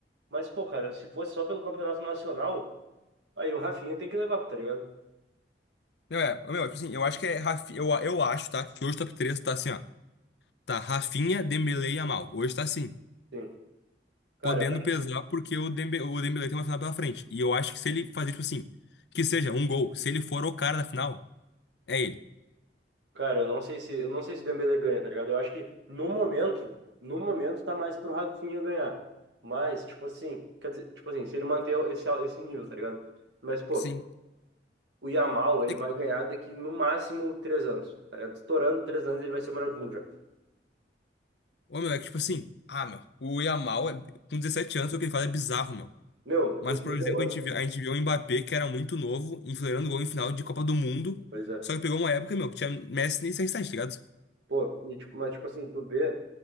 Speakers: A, on the right; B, on the left.
A: Mas, pô, cara, se fosse só pelo Campeonato Nacional, aí o Rafinha tem que levar, tá ligado?
B: Não é, meu, tipo assim, eu acho que é Rafinha, eu, eu acho, tá? Que hoje o top 3 tá assim, ó. Tá Rafinha, Dembélé e Yamal. Hoje tá assim,
A: Sim. Cara,
B: podendo
A: eu acho
B: pesar
A: que
B: porque o Dembe, o Dembélé tem uma final pela frente. E eu acho que se ele fazer, tipo assim, que seja um gol, se ele for o cara da final, é ele.
A: Cara, eu não sei se eu não sei se o Dembélé ganha, tá ligado? Eu acho que no momento, no momento tá mais pro Rafinha ganhar. Mas, tipo assim, quer dizer, tipo assim, se ele manter esse, al- esse nível, tá ligado? Mas, pô,
B: Sim.
A: o Yamal, ele
B: É,
A: vai
B: que-
A: ganhar daqui no máximo três anos, tá ligado? Estourando três anos, ele vai ser o melhor do mundo já.
B: ô, meu, é que tipo assim, ah, meu, o Yamal, é, com 17 anos, o que ele faz é bizarro, meu.
A: Meu, com
B: Mas,
A: 19
B: por exemplo, a
A: anos.
B: gente viu, a gente viu o Mbappé, que era muito novo, enfileirando gol em final de Copa do Mundo.
A: Pois é.
B: Só que pegou uma época, meu, que tinha Messi e CR7, tá ligado?
A: Pô, e, tipo, mas, tipo assim, tu vê,